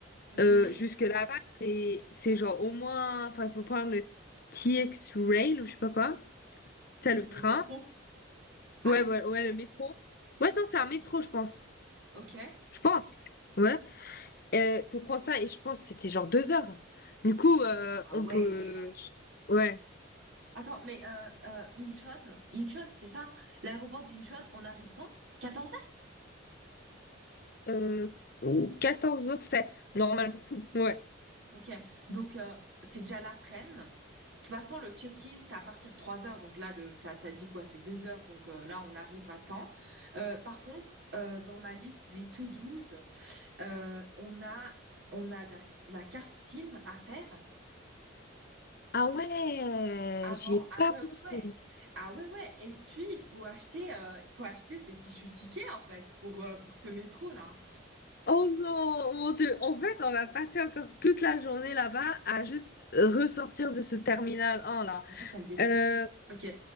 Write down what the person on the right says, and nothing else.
Mhm.
Le
métro. Ah,
ok.
Ah
ouais.
Attends, mais euh, euh, Incheon, Incheon, c'était ça, hein L'aéroport d'Incheon, on arrive quand? Quatorze heures?
Ok, donc euh, c'est déjà l'après-midi. De toute façon, le check-in, c'est à partir de 3 heures. Donc là, de, t'as, t'as dit quoi? C'est 2 heures. Donc euh, là, on arrive à temps. Euh, par contre, euh, dans ma liste des to douze, euh, on a, on a la, la carte SIM à faire
avant.
Ah ouais,
ouais, ouais. Ah ouais, ouais. Et puis, il faut acheter, euh, il faut acheter ces fichus tickets, en fait, pour, euh, pour ce métro-là.
En fait, ça me dégoûte.
Ok.